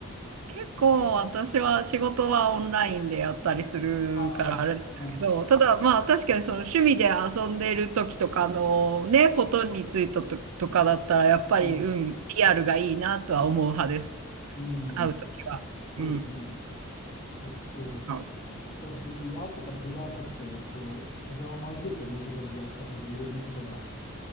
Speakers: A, on the right (about 75°); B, on the left (about 30°).
A: 結構私は仕事はオンラインでやったりするからあれなんですけど、
B: うんああ、あ、
A: ただまあ確かにその趣味で遊んでる時とかのね、ことについてと、とかだったらやっぱり、
B: うん、
A: うん、リアルがいいなとは思う派です。
B: うん、
A: 会う時は。
B: そそうですね。
A: うん。
B: あと、ひひ比較的、
A: うん
B: 会ってから日が浅くて、こう、膝を交えて文字通りやった方がいろんなことが